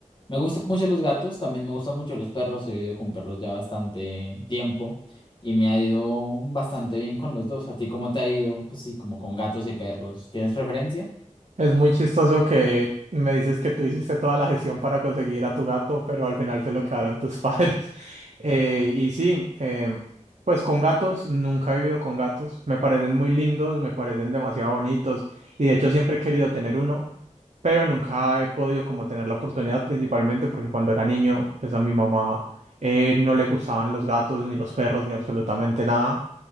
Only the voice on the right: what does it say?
Es muy chistoso que me dices que tú hiciste toda la gestión para conseguir a tu gato, pero al final se lo quedaron tus <laughs> padres. Eh, y sí, em, pues con gatos, nunca he vivido con gatos. Me parecen muy lindos, me parecen demasiado bonitos y de hecho siempre he querido tener uno, pero nunca he podido como tener la oportunidad, principalmente porque cuando era niño, pues a mi mamá eh, no le gustaban los gatos, ni los perros, ni absolutamente nada.